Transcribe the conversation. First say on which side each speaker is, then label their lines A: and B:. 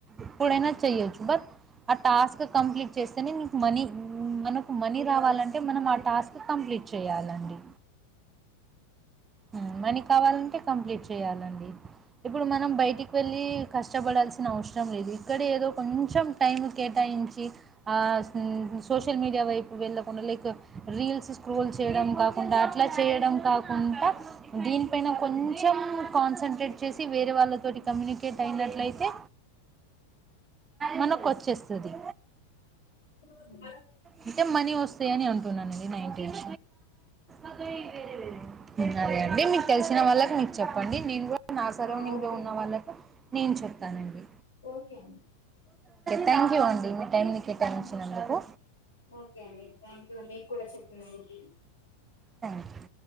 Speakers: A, on the right; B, on the left.
A: ఎప్పుడైనా చేయొచ్చు బట్ ఆ టాస్క్ కంప్లీట్ చేస్తేనే మీకు మనీ మనకు మనీ రావాలంటే మనం ఆ టాస్క్ కంప్లీట్ చేయాలండి ఉమ్ మనీ కావాలంటే కంప్లీట్ చేయాలండి ఇప్పుడు మనం బయటికి వెళ్ళి కష్టపడాల్సిన అవసరం లేదు ఇక్కడే ఏదో కొంచెం టైం కేటాయించి ఆ సీన్ సోషల్ మీడియా వైపు వెళ్ళకుండా లైక్ రీల్స్ స్క్రోల్ చేయడం కాక్ కుండా అట్లా చేయడం కాకుంట దీనిపైన కొంచం కాన్సన్ట్రేట్ చేసి వేరే వాళ్ళతోటి
B: హ్మ్.
A: కమ్యూనికేట్ అయినట్లయితే మనక్ చేస్తది
B: <unintelligible>
A: అంటే మనీ వస్తాయి అని అను కొన్నానండి నైటీలు అదే ఇదేనా వేరు ఇంగ అదే అండి మీకు తెలిసిన వాళ్ళకి మీరు చెప్పండి నేను కూడా నా సరౌండింగ్
B: ఆ! ఓకే
A: లో ఉన్న
B: అండి
A: వాళ్ళకు నేన్ చెప్తానండి
B: ఓకే అండి
A: థ్యాంక్యూ అండి. టైమ్ని కేటాయించినందుకు.
B: ఆ! ఓకే అండి. థ్యాంక్ యూ మీక్ కూడా చెప్పినందుకు.
A: థ్యాంక్యూ.